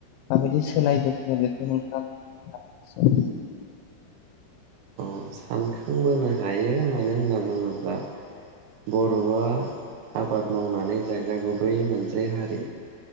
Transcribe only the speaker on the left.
माबायदि सोलायबोखो बेखौ नोंथाङा <unintelligible>